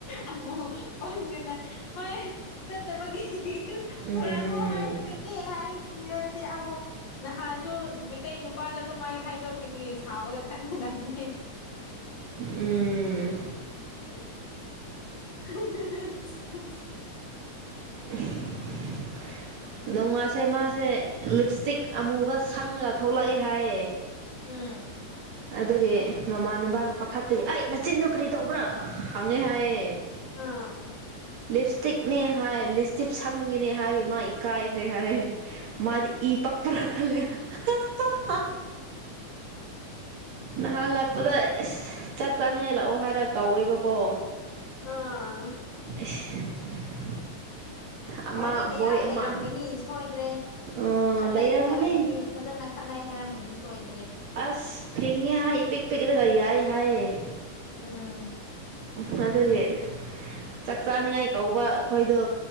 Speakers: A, on the left; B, on the right.
A: ꯑꯃꯃꯕꯨ ꯄꯗꯅ ꯃ ꯆꯠꯇꯕꯒꯤ
B: ꯎꯝ
A: ꯄꯨꯔꯥ ꯍꯥꯏꯈꯤꯒꯦꯗꯤꯦ ꯍꯥꯏ ꯗꯤ ꯑꯃꯨꯛ ꯅꯍꯥꯟꯗꯨ ꯃꯩꯇꯩ ꯅꯨꯄꯥꯗ ꯑꯗꯨꯃꯥꯏ ꯍꯥꯏꯗꯣꯛꯈꯤꯕꯒꯤ ꯁꯥꯎꯔꯒ ꯈꯠꯅꯅꯕꯅꯤ
B: ꯎꯝ
A: <unintelligible> <unintelligible>
B: ꯎ ꯅꯣꯡꯃꯥꯁꯦ ꯃꯥꯁꯦ ꯂꯤꯞ ꯏꯁꯇꯤꯛ ꯑꯃꯨꯕ ꯁꯪꯉꯒ ꯊꯣꯛꯂꯛꯑꯦ ꯍꯥꯏꯌꯦ
A: ꯎꯝ
B: ꯑꯗꯨꯗꯒꯤ ꯃꯃꯥꯟꯅꯕꯅ ꯄꯥꯈꯥꯠꯇꯒꯤ ꯑꯩ ꯅꯆꯤꯟꯗꯣ ꯀꯔꯤ ꯇꯧꯕ꯭ꯔꯥ ꯍꯪꯉꯦ ꯍꯥꯏꯌꯦ
A: ꯑꯥ
B: ꯂꯤꯞ ꯏꯁꯇꯤꯛꯅꯦ ꯍꯥꯏ ꯂꯤꯞꯁ ꯏꯁꯇꯤꯛ ꯁꯪꯕꯒꯤꯅꯦ ꯍꯥꯏꯕꯒꯤ ꯃꯥ ꯏꯀꯥꯏꯈ꯭ꯔꯦ ꯍꯥꯏ ꯃꯥꯗꯤ ꯏ ꯄꯛꯄꯔ ꯈꯜꯜꯂꯤꯂꯤꯌꯥ ꯅꯍꯥꯟ ꯂꯥꯛꯄꯗ ꯑꯦꯁ ꯆꯥꯛ ꯆꯥꯅꯤꯡꯉꯥꯏ ꯂꯥꯛꯑꯣ ꯍꯥꯏꯔ ꯀꯧꯋꯦꯕꯀꯣ
A: ꯑꯥ
B: <unintelligible> ꯑꯃ
A: ꯑꯣꯔꯅꯤ ꯃꯌꯥꯝ
B: ꯕꯣꯏ ꯑꯃ
A: ꯂꯩꯔꯝꯒꯅꯤ ꯁꯣꯏꯗ꯭ꯔꯦ
B: ꯑ
A: ꯈꯠꯅꯩ
B: ꯂꯩꯔꯝꯒꯅꯤ
A: ꯍꯥꯏꯔꯝꯒꯅꯤ ꯐꯖꯅ ꯈꯠꯅꯩ ꯍꯥꯏꯔꯝꯒꯅꯤ ꯁꯣꯏꯗ꯭ꯔꯦ
B: ꯑꯁ ꯊꯤꯡꯉꯦ ꯍꯥꯏ ꯏ ꯄꯤꯛ ꯄꯤꯛꯂꯒ ꯌꯥꯏ ꯍꯥꯏꯑꯌꯦꯦ
A: ꯎꯝ
B: ꯎ ꯑꯗꯨꯒꯤ ꯆꯥꯛ ꯆꯥꯅꯤꯡꯉꯥꯏ ꯀꯧꯕ ꯑꯩꯈꯣꯏꯗꯣ